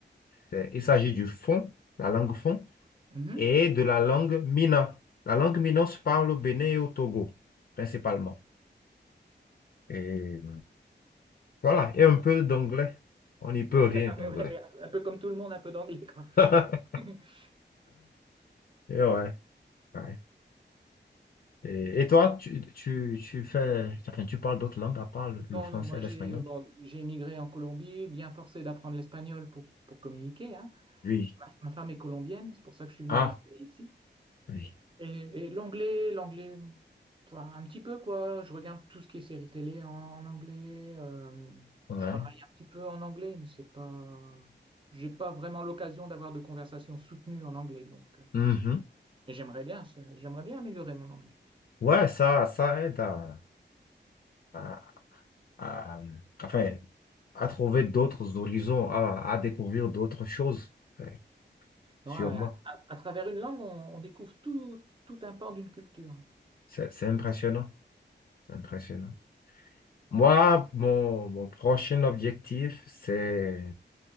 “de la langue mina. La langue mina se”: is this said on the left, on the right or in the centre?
Left